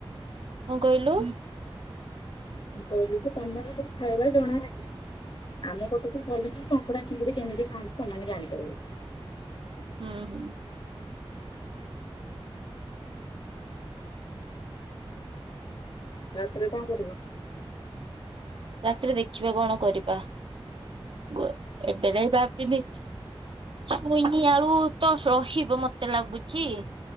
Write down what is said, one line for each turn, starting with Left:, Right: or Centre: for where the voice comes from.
Right: ହଁ କହିଲୁ।
Left: ମୁଁ କହିଲି ଯେ ତମମାନଙ୍କୁ ଖାଇବା ଜଣା ନାହିଁ। ଆମେ କଟକୁ ଗଲେ ହି କଙ୍କୁଡା ସିଙ୍ଗୁଡି କେମିତି କଣ ତମେ ଜାଣିପାରିବୁ।
Right: ହୁଁ ହୁଁ।
Left: ରାତିରେ କଣ କରିବ?
Right: ରାତିରେ ଦେଖିବା କଣ କରିବା ଗ ଏବେ ଯାଇ ଭାବିନି ଛୁଇଁନି ଆଉ ତ ରହିବ। ମତେ ଲାଗୁଛି